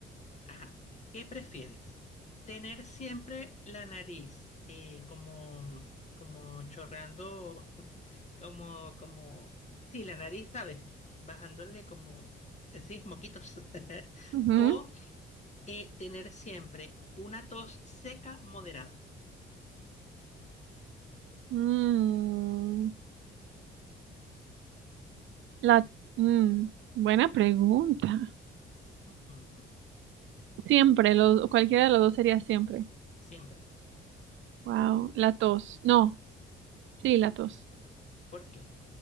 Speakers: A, on the left; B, on the right.
A: Ajá, ¿qué prefieres? ¿Tener siempre la nariz eh, como, como chorreando, <laughs> como, como... Sí, la nariz, ¿sabes? Bajándole como... eh, Sí, moquitos. <laughs>
B: Ujú.
A: O eh, tener siempre una tos seca moderada.
B: Mm, la, mm, buena pregunta.
A: Ujú,
B: Siempre, los, cualquiera de los dos sería siempre.
A: siempre.
B: Wow, la tos. No, sí, la tos.
A: ¿Por qué?